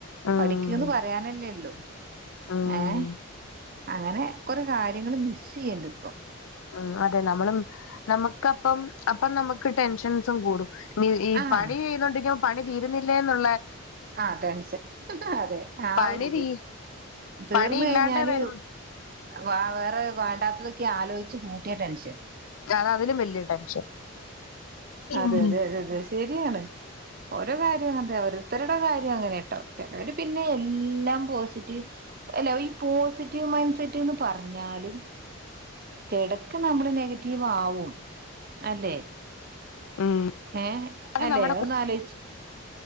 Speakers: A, on the left; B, on the right.
A: ഉം
B: പഠിക്ക്‌ന്ന് പറയാനല്ലേള്ളു
A: ഉം
B: ഏഹ് അങ്ങനെ കുറെ കാര്യങ്ങള് മിസ്സ്യ്യ് ണ്ട് പ്പോ
A: ഉം അതെ നമ്മളും നമുക്കപ്പം അപ്പം നമക്ക് ക്ക് ടെൻഷൻസും കൂടും. ഇനി ഈ
B: ആഹ്
A: പണിയ്ന്നുണ്ടെങ്കി അ പണി തീരുന്നില്ലേന്നുള്ളേ
B: ആഹ് ടെൻഷൻ അതെ ആ
A: പണി
B: ഒരിത്
A: തീ
B: തീർന്ന്
A: പണി ഇല്ലാണ്ടേ
B: കഴിഞ്ഞാല്
A: വരും
B: വ വേറെ വേണ്ടാത്തതൊക്കെ ആലോയിച്ച് കൂട്ടിയ ടെൻഷൻ
A: അതാ അതിലും വല്യയ ടെൻഷൻ
B: അതെ
A: ഉംഹ്
B: അതെ അതെ അതെ ശരിയാണ് ഓരോ കാര്യവു അതെയ ത്തരുടെ കാര്യം അങ്ങനെട്ടോ ചെലവര് പിന്നെ എല്ലാം പോസിറ്റീവ് എല്ല ഈ പോസിറ്റീവ് മൈൻഡ്സെറ്റന്ന് പറഞ്ഞാലും എടക്ക് നമ്മള് നെഗറ്റീവാവും അല്ലെ
A: ഉം
B: ഏഹ്
A: അത്
B: അല്ലേ
A: നമ്മുടെ
B: ഒന്നാലോയിച്